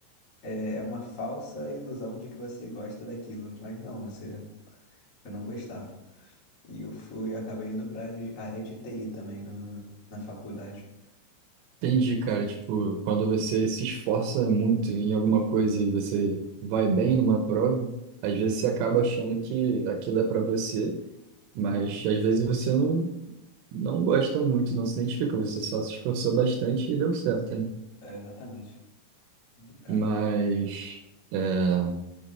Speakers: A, on the left; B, on the right.
A: é, é uma falsa ilusão de que você gosta daquilo, mas não, você, eu não gostava. E eu fui, acabei indo para a área de TI também no, na faculdade.
B: Entendi, cara, tipo, quando você se esforça muito em alguma coisa e você vai bem numa prova, às vezes você acaba achando que aquilo é para você, mas
A: Ah,
B: às vezes você não, não gosta muito, não se identifica, você só se esforçou bastante e deu certo, né?
A: é, exatamente. Complicado.
B: Mas é,